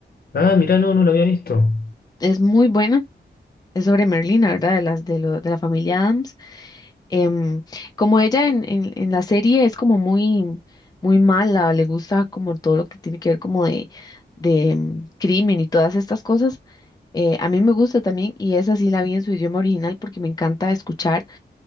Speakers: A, on the left (about 55°); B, on the left (about 20°).
A: Ah, mirá, no, no lo había visto.
B: Es muy buena. Es sobre Merlina, ¿verdad? De las de, lo- de la familia Adams. Em, como ella en, en, en la serie es como muy, muy mala, le gusta como todo lo que tiene que ver como de, de em, crimen y todas estas cosas Eh, a mí me gusta también y esa sí la vi en su idioma original porque me encanta escuchar,